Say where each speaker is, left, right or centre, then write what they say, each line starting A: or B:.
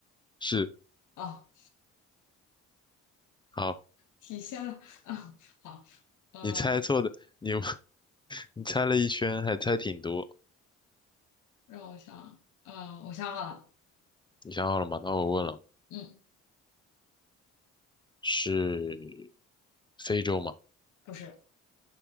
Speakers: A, on the left; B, on the left.
A: 是。
B: 哦，
A: 好，
B: 体现了，啊，好，呃，
A: 你猜错的，你 <laughs> 你猜了一圈，还猜挺多。
B: 让我想，嗯、我想好了，
A: 你想好了吗？那我问了，
B: 嗯，
A: 是非洲吗？
B: 不是，